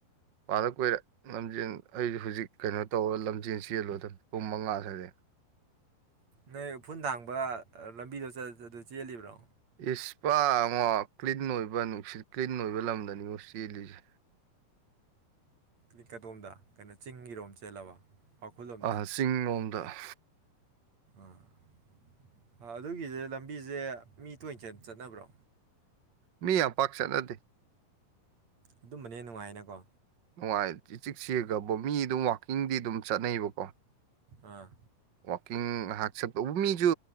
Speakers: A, on the right; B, on the right.
A: ꯄꯥꯗ ꯀꯨꯏꯔꯦ ꯂꯝꯖꯦꯟ ꯑꯩꯁꯨ ꯍꯧꯖꯤꯛ ꯀꯩꯅꯣ ꯇꯧꯔ ꯂꯝꯖꯦꯟ ꯆꯦꯜꯂꯨꯗꯅꯤ ꯄꯨꯡ ꯃꯉꯥ ꯁꯥꯏꯗꯒꯤ
B: ꯅꯣꯏ ꯎꯐꯨꯜ ꯊꯥꯡꯕ ꯂꯝꯕꯤꯗꯣ ꯑꯗꯨ ꯆꯦꯜꯂꯤꯕ꯭ꯔꯣ
A: ꯏꯁꯄꯥꯉ ꯀ꯭ꯂꯤꯟ ꯑꯣꯏꯕ ꯅꯨꯡꯁꯤꯠ ꯀ꯭ꯂꯤꯟ ꯑꯣꯏꯕ ꯂꯝꯗꯅꯤꯉꯣ ꯆꯦꯜꯂꯤꯁꯦ
B: ꯀꯛꯀꯗꯣꯝꯗ ꯀꯩꯅꯣ ꯆꯤꯡꯒꯤꯔꯣꯝ ꯆꯦꯜꯂꯕ ꯄꯥꯎꯈꯨꯜꯂꯣꯝꯗ
A: ꯑ ꯆꯤꯡ ꯂꯣꯝꯗ
B: ꯑꯥ ꯑꯗꯨꯒꯤꯗ꫰ꯂꯝꯕꯤꯁꯦ ꯃꯤ ꯇꯣꯏ ꯆꯠꯅꯕ꯭ꯔꯣ
A: ꯃꯤ ꯌꯥꯝ ꯄꯥꯛ ꯆꯠꯅꯗꯦ
B: ꯑꯗꯨꯝꯕꯅꯦ ꯅꯨꯡꯉꯥꯏꯅꯀꯣ
A: ꯅꯨꯡꯉꯥꯏ ꯆ ꯆꯤꯛꯁꯤꯦꯈꯕ ꯃꯤ ꯑꯗꯨꯝ ꯋꯥꯋꯥꯛꯀꯤꯡꯗꯤ ꯑꯗꯨꯝ ꯆꯠꯅꯩꯕꯀꯣ
B: ꯑꯥ
A: ꯋꯥꯋꯥꯛꯀꯤꯡ ꯉꯥꯏꯍꯥꯛ ꯆꯠꯄꯕꯨ ꯃꯤꯁꯨ